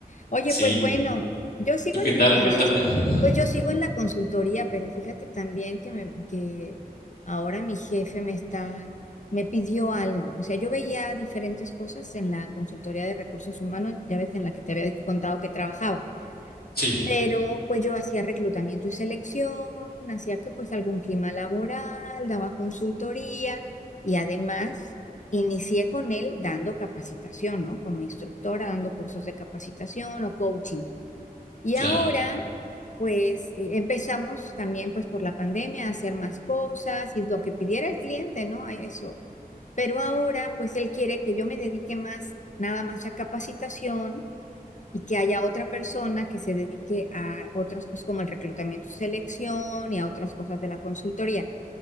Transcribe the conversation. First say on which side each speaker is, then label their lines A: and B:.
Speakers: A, on the left; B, on the left.
A: Oye,
B: Sí,
A: pues bueno, yo sigo
B: ¿tú qué
A: en
B: tal?
A: mi cons-
B: Cuéntame. <laughs>
A: pues yo sigo en la consultoría, pero fíjate también que me- que ahora mi jefe me está, me pidió algo. O sea, yo veía diferentes cosas en la consultoría de recursos humanos, ya ves en la que te había contado que trabajaba.
B: Sí,
A: Pero pues yo hacía reclutamiento y selección, hacía que pues algún clima laboral, daba consultoría y además inicié con él dando capacitación, ¿no? Como instructora, dando cursos de capacitación o coaching. Y
B: claro,
A: ahora, pues eh, empezamos también pues por la pandemia a hacer más cosas y lo que pidiera el cliente, ¿no? A eso. Pero ahora, pues él quiere que yo me dedique más, nada más a capacitación y que haya otra persona que se dedique a otras cosas como el reclutamiento y selección y a otras cosas de la consultoría.